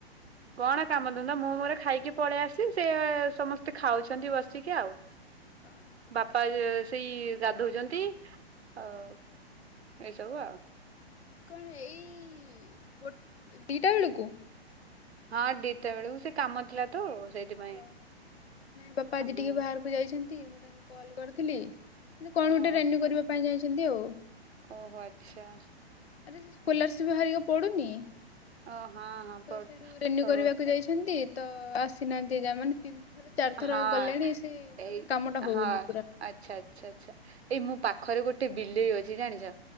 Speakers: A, on the right; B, on the left.
A: କଣ କାମଧନ୍ଦା ମୁଁ ମୋର ଖାଇକି ପଳେଇ ଆସିଲି ସେ ସମସ୍ତେ ଖାଉଛନ୍ତି ବସିକି ଆଉ।
B: ଓହୋ
A: ବାପା ଜେସ୍ ସେଇ ଗାଧଉଛନ୍ତି, ଆଉ ଏସବୁ ଆଉ।
B: କଣ ଏଇ ଗୋ ଦିଇଟା ବେଳକୁ?
A: ହଁ ଦିଇଟା ବେଳୁ ସେ କାମ ଥିଲା। ତ ସେଇଥିପାଇଁ
B: ଓହୋ ନାଇଁ ବାପା ଆଜି
A: ହଁ
B: ଟିକେ ବାହାର କୁ ଯାଇଛନ୍ତି, ମୁଁ ତାଙ୍କୁ କଲ୍ କରିଥିଲି କଣ
A: ଓ
B: ଗୋଟେ ରେନ୍ୟୁ କରିବା ପାଇଁ ଯାଇଛନ୍ତି ଆଉ।
A: ଓହୋ ଆଚ୍ଛା।
B: ଆରେ ସ୍କୋଲାରସିପ ବାହାରିକା ପଡୁନି ତ
A: ଓ ହଁ ହଁ ପଢୁ
B: ସେଠୁ ରେନ୍ୟୁ
A: ଓ
B: କରିବାକୁ ଯାଇଛ ଛନ୍ତି ତ ଆସିନାହାନ୍ତି ଏଯାଏ ମାନେ ତିନି ଥର। ଚାରିଥର
A: ହଁ
B: ଗଲେଣି ସେଇ
A: ଏଇ
B: ମାନେ କାମଟା ହଉନି
A: ହଁ
B: ପୁରା।
A: ଆଚ୍ଛା, ଆଚ୍ଛା, ଆଚ୍ଛା ଏଇ ମୋ ପାଖରେ ଗୋଟେ ବିଲେଇ ଅଛି ଜାଣିଛ।